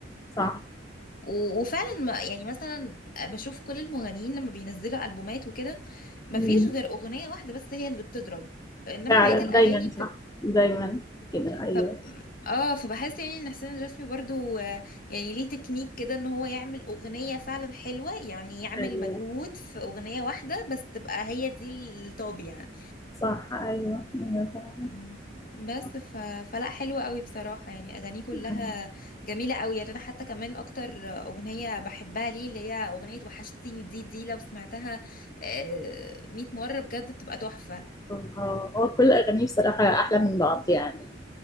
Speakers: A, on the left; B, on the left.
A: صح
B: و- وفعلا ما يعني مثلا بشوف كل المغنيين لما بينزلوا ألبومات وكده ما
A: مم.
B: فيش غير أغنية واحدة بس هي اللي بتضرب انما
A: فعلا
B: بقية الأغاني
A: دايما صح دايما كده ايوه
B: ف اه فبحس يعني ان حسين الجسمي برضو آه، يعني ليه تكنيك كده ان هو يعمل اغنية فعلا حلوة يعني يعمل
A: ايوه
B: مجهود في اغنية واحدة بس تبقى هي دي الطاب يعني
A: صح ايوه ايوه فعلا
B: أم، بس
A: صح
B: ف... فلا حلوة قوي بصراحة يعني اغانيه كلها
A: ايوه
B: جميلة قوي يعني انا حتى كمان اكتر اغنية بحبها ليه اللي هي اغنية وحشتيني دي دي لو سمعتها آه، 100 مرة بجد بتبقى تحفة
A: اه هو كل اغانيه بصراحه احلى من بعض يعني